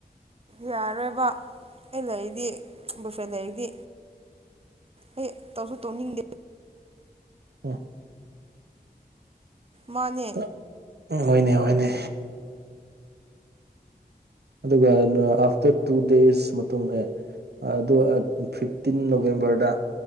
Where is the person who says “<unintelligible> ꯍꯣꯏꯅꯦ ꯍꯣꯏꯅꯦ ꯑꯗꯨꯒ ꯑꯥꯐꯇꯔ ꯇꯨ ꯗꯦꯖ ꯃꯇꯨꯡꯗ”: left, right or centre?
Right